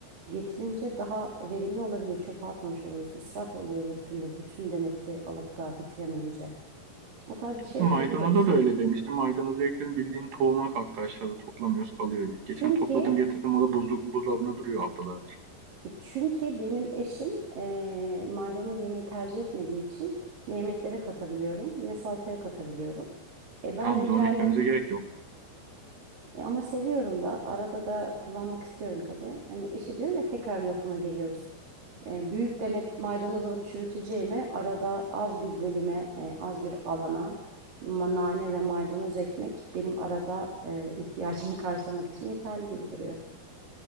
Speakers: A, on the right (about 55°); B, on the right (about 75°).
A: getirince daha verimli olabiliyor. Çöpe atmamış oluruz. İsraf oluyor öbür türlü bütün demeti alıp da bitiremeyince. O tarz bir şey
B: Maydanoza
A: ekebiliriz.
B: da öyle demiştim. Maydanozu ekledim bildiğin tohuma kalktı aşağıda toplamıyoruz kalıyor öyle. Geçen
A: Çünkü
B: topladım getirdim o da buzluk buzdolabında duruyor haftalardır.
A: Çünkü benim eşim eee, maydanoz yemeği tercih etmediği için ne yemeklere katabiliyorum ne salataya katabiliyorum. E, ben
B: Tamam
A: de
B: o zaman
A: kendim
B: ekmemize gerek yok.
A: e, ama seviyorum da arada da kullanmak istiyorum tabii. Hani işte diyorum ya tekrar lafıma geliyoruz. E, büyük demet maydanoz alıp çürüteceğime arada az bir bölüme e, az bir alana ma- nane ve maydanoz ekmek benim arada e, ihtiyacımı karşılamak için yeterli gibi duruyor